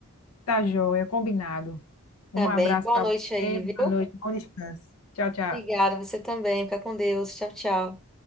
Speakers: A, on the left; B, in the centre.
A: tá joia, combinado.
B: Tá
A: Um
B: bem.
A: abraço
B: Boa
A: para
B: noite
A: você,
B: aí, viu?
A: boa noite, bom descanso. Tchau, tchau.
B: Obrigada, você também. Fica com Deus. Tchau, tchau.